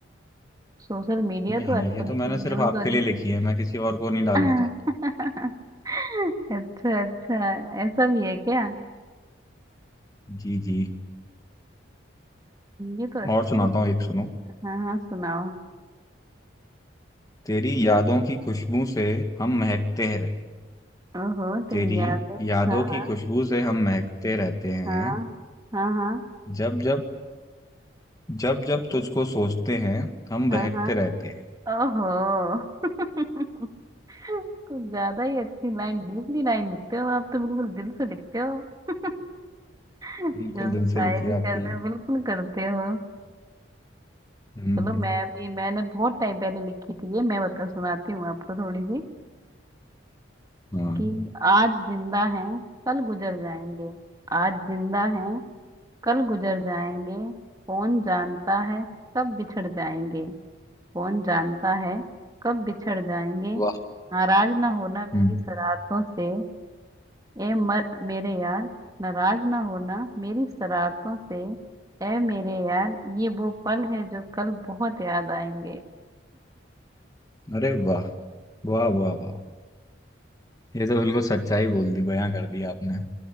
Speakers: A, on the right (about 20°); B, on the left (about 20°).
A: सोशल मीडिया
B: नहीं
A: तो आजकल
B: ये तो
A: इतनी
B: मैंने सिर्फ
A: यूज
B: आपके
A: हो रही
B: लिए लिखी है मैं किसी और को नहीं डालना
A: <laughs>
B: चाहता
A: अच्छा अच्छा ऐसा भी है क्या
B: जी जी
A: ये तो अच्छी
B: और सुनाता हूँ एक सुनो
A: हाँ हाँ सुनाओ
B: तेरी यादों की खुशबू से हम महकते हैं
A: ओहो तेरी
B: तेरी
A: याद है
B: यादों
A: हाँ
B: की खुशबू से हम महकते रहते हैं
A: हाँ हाँ हाँ
B: जब जब जब जब तुझको सोचते हैं हम
A: हाँ
B: बहकते
A: हाँ
B: रहते हैं
A: हाँ ओहो <laughs> कुछ ज्यादा ही अच्छी लाइन डीपली लाइन लिखते हो आप तो बिल्कुल दिल से लिखते हो <laughs> जो
B: बिल्कुल दिल
A: भी
B: से
A: शायरी
B: लिखी है
A: करते
B: आपके लिए
A: हैं बिल्कुल करते हो
B: हम्म
A: चलो मैं भी मैंने बहुत टाइम पहले लिखी थी ये मैं बता सुनाती हूँ आपको थोड़ी सी
B: हाँ
A: कि आज जिंदा हैं कल गुजर जाएंगे आज जिंदा हैं कल गुजर जाएंगे कौन जानता है कब बिछड़ जाएंगे कौन जानता है कब बिछड़ जाएंगे
B: वाह
A: नाराज ना होना मेरी
B: हम्म
A: शरारतों से ए मर मेरे यार नाराज ना होना मेरी शरारतों से ए मेरे यार ये वो पल है जो कल बहुत याद आएंगे
B: अरे वाह वाह वाह वाह ये तो बिल्कुल सच्चाई बोल दी बयां कर दी आपने